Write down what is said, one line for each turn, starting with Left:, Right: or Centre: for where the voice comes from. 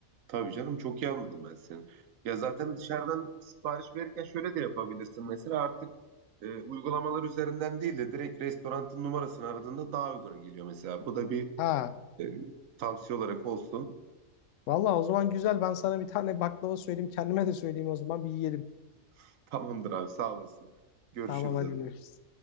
Right: Tabii canım çok iyi anladım ben seni. Ya zaten dışarıdan sipariş verirken şöyle de yapabilirsin. Mesela artık e, uygulamalar üzerinden değil de direkt restoranın numarasını aradığında daha uyguna geliyor mesela. Bu da bir
Left: Ha,
Right: e, tavsiye olarak olsun.
Left: vallahi o zaman güzel ben sana bir tane baklava söyleyeyim kendime de söyleyeyim o zaman bir yiyelim.
Right: <laughs> Tamamdır abi sağ olasın. Görüşürüz
Left: Tamam hadi
Right: hadi.
Left: görüşürüz.